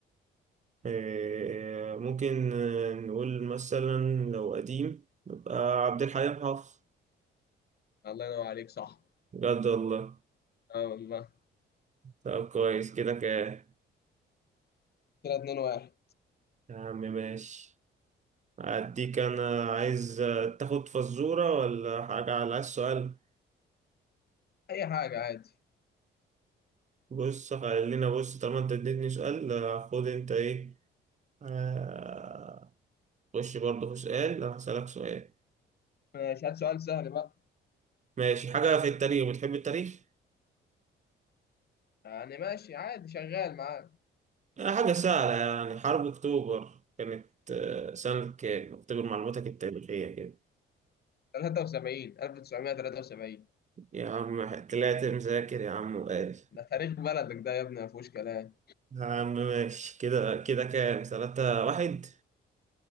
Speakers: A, on the right; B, on the left.
A: آه، ممكن آه، نقول مثلا لو قديم يبقى عبد الحليم حافظ
B: الله ينور عليك صح
A: بجد والله
B: اه والله
A: طب كويس كده كده
B: كده 2 1
A: يا عم ماشي أديك أنا عايز آه، تاخد فزورة ولا حاجة على عايز سؤال
B: أي حاجة عادي
A: بص خلينا بص طالما أنت اديتني سؤال آه، خد أنت إيه آه، خش برضه في سؤال أنا هسألك سؤال
B: ماشي هات سؤال سهل بقى
A: ماشي حاجة في التاريخ بتحب التاريخ؟
B: يعني ماشي عادي شغال معاك
A: آه، حاجة سهلة يعني حرب أكتوبر كانت آه، سنة كام؟ أكتوبر معلوماتك التاريخية كده
B: 73 1973
A: يا عم طلعت مذاكر يا عم وقال
B: ده تاريخ بلدك ده يا ابني ما فيهوش كلام
A: يا عم ماشي كده كده كام؟ تلاتة واحد